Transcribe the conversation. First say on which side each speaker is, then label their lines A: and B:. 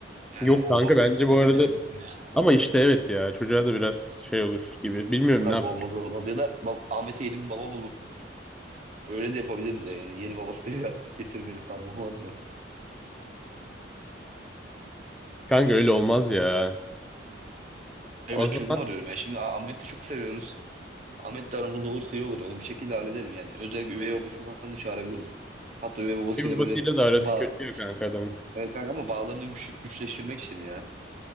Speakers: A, on the right (about 40°); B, in the centre.
A: Yani
B: Yok
A: olmaz
B: kanka bence
A: kanka
B: bu arada
A: öyle denemişsin ya.
B: ama işte evet ya çocuğa da biraz şey olur gibi. Bilmiyorum
A: Yok kanka
B: ne yapacak.
A: olmaz olmaz ya da bab- Ahmet'e yeni bir baba bulup öyle de yapabiliriz ya yani yeni babasıyla <laughs> getirmeli falan olmaz mı?
B: Kanka öyle olmaz ya.
A: Ya
B: O
A: ben
B: zaman
A: çözüm arıyorum ya şimdi Ah- Ahmet'i de çok seviyoruz. Ahmet de aramızda olursa iyi olur. Onu bir şekilde hallederim yani. Özellikle üvey babasını falan da çağırabiliriz. Hatta üvey babasıyla
B: ev babasıyla
A: böyle
B: da arası
A: bağ
B: kötü ya kanka adamın.
A: e, kanka ama bağlarını güç güçleştirmek için ya.